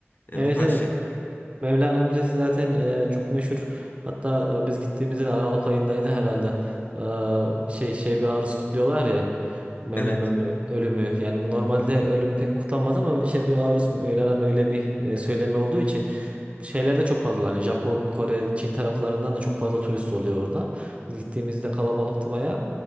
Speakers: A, on the left; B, on the right.
A: e,
B: Evet
A: bu tarz
B: evet.
A: şey.
B: Mevlana Müzesi zaten e, çok meşhur. Hatta e, biz gittiğimizde de Aralık ayındaydı herhalde. E, şey şey bir aruz kutluyorlar ya. Mevlana'nın
A: Evet.
B: ö- ölümü. Yani bu normalde ölüm pek kutlanmaz ama şey bir aruz Mevlana'nın öyle bir e, söylemi olduğu için bu şeyler de çok fazla. Hani Japon, Kore, Çin taraflarından da çok fazla turist oluyor orada. Biz gittiğimizde kalabalıktı bayağı.